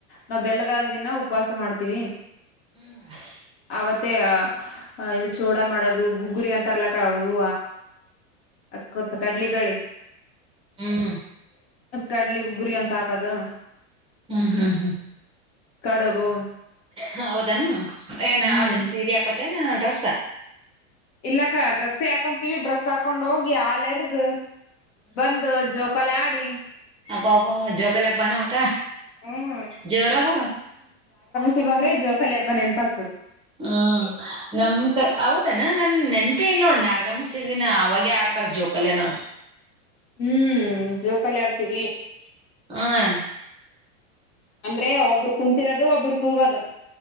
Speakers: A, on the left; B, on the right.
A: ನಾವು ಬೆಲ್ಲದಾಲ ದಿನ ಉಪವಾಸ ಮಾಡ್ತೀವಿ
B: ಹ್ಮ್
A: ಅವತ್ತೇ ಇದು ಚೋಡ ಮಾಡೋದು ಗುಗ್ಗುರಿ ಅಂತರ್ಲಕ ಅವು ದು ಅತ್ ಕೊಡ್ಲಿ ಬೆಳೆ
B: ಹ್ಮ್
A: ಕಡ್ಲಿ ಗಗ್ಗುರಿ ಅಂತ ಹಾಕದು
B: ಹ್ಮ್ ಹ್ಮ್ ಹ್ಮ್
A: ಕಡಬು
B: ಹೌದಾನ ಏನ್
A: ಹ್ಮ್
B: ಅವದನ್ ಸೀರೆ ಹಾಕೋತೇ ನ ಡ್ರೆಸ್
A: ಇಲ್ಲಕ್ಕ ಡ್ರೆಸ್ಸ ಹಾಕೊಂತೀವಿ ಡ್ರೆಸ್ ಹಾಕೊಂಡ್ ಹೋಗಿ ಹಾಲ ಎರದು ಬಂದು ಜೋಕಲೆ ಆಡಿ
B: ಅಪಪ ಜೋಕಲ ಹಬ್ಬಾನ ಆಟ
A: ಹ್ಮ್
B: ಜೋರದ
A: ಸಿವಂಗ್ರೆ ಜೋಕಾಲಿ ಹಬ್ಬ ನೆನಪಾತು
B: ಹ್ಮ್ ನಮಕ ಹೌದನಾ ನನ್ ನೆನ್ಪಿ ಇಲ್ ನೋಡ ನಾಗರಮಶಿ ದಿನ ಅವಾಗೇ ಆಡ್ತಾರ ಜೋಕಲ್ಯ ನವು
A: ಹ್ಮ್ ಜೋಕಲ್ಲಿ ಆಡ್ತೀವಿ
B: ಹ
A: ಅಂದ್ರೆ ಒಬ್ರು ಕುಂತಿರೋದು ಒಬ್ಬರು ತೂಗೋದು